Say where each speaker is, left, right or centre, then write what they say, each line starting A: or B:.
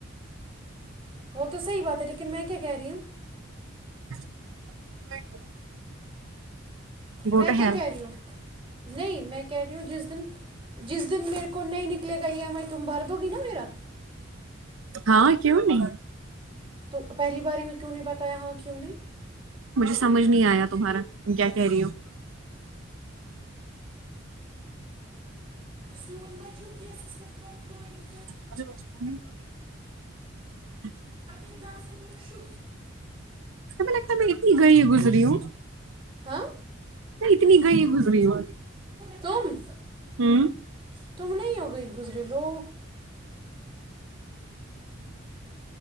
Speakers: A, on the right; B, on the right.
A: وہ <unintelligible> تو صحیح بات ہے لیکن میں کیا کہہ رہی ہوں
B: ا <inaudible> گو
A: میں
B: ٹو
A: کیا
B: ہیل
A: کریوں نہیں میں کروں جس <inaudible> جس دن میرے کو نہیں نکلے گا ای ایم آئی تم بھر دو گی نا میرا
B: ہاں کیوں نہیں
A: تو پہلی باری میںھ کیوں نہیں بتایا ہاں کیوں نہی
B: کچھ سمجھ نہیں ایا تمہارا کہہ رہی ہو
A: سون مہش کہ <inaudible> <inaudible>
B: مے <inaudible> <inaudible>
A: اناز مشق
B: تمہیں لگتا ہے میں اتنا ہی گزری ہوں
A: ہاں
B: اتنی گئی گزری ہو
A: تم
B: ہوں
A: تم نہیں ہو گئے گزرے لوگ